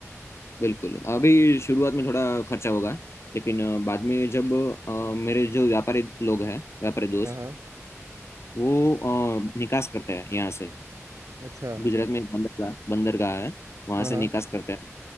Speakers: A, on the left; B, on the right.
A: बिल्कुल अभी शुरुआत में थोड़ा खर्चा होगा लेकिन अ, बाद में जब अ, मेरे जो व्यापारी लोग हैं व्यापारी दोस्त
B: हाँ हाँ
A: वो अ, निकास करते हैं यहाँ से
B: अच्छा
A: गुजरात में एक बंदरगाह बंदरगाह है वहाँ
B: हाँ हाँ
A: से निकास करते हैं